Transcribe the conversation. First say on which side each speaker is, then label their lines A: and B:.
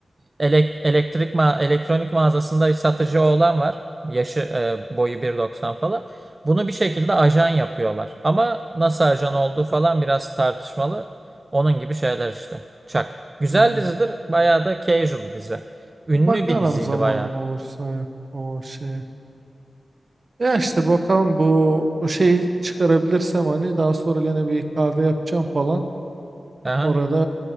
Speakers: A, on the right; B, on the right.
A: elek- elektrik ma elektronik mağazasında bir satıcı oğlan var. Yaşı e, boyu 1.90 falan. Bunu bir şekilde ajan yapıyorlar. Ama nasıl ajan olduğu falan biraz tartışmalı. Onun gibi şeyler işte. Çak. Güzel
B: Hmm.
A: dizidir. Bayağı da casual bir dizi. Ünlü
B: Bakarım
A: bir diziydi
B: zamanım
A: bayağı.
B: olursa evet, o şey. Ya işte bakalım bu o şeyi çıkarabilirsem hani daha sonra gene bir kahve yapacağım falan.
A: Aha.
B: Orada